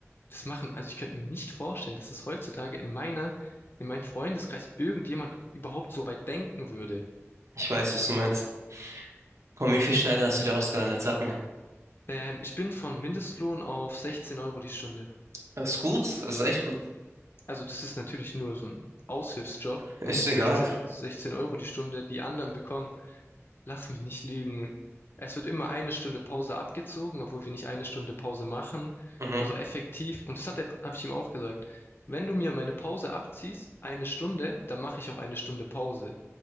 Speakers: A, on the left; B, on the right.
A: das machen, also ich könnte mir nicht vorstellen, dass es heutzutage in meiner, in meinem Freundeskreis irgendjemand überhaupt so weit denken würde.
B: Ich weiß, was du meinst. Komm, wie viele Steine hast du dir ausgehandelt? Sag mir.
A: Ähm, ich bin von Mindestlohn auf 16 Euro die Stunde.
B: Das ist gut, das ist echt gut.
A: Also das ist natürlich nur so ein Aushilfsjob
B: Ist
A: und
B: egal.
A: 16, 16 Euro die Stunde, die anderen bekommen. Lass mich nicht lügen. Es wird immer eine Stunde Pause abgezogen, obwohl wir nicht eine Stunde Pause machen.
B: Mhm.
A: Also effektiv. Und das hat er, habe ich ihm auch gesagt. Wenn du mir meine Pause abziehst, eine Stunde, dann mache ich auch eine Stunde Pause.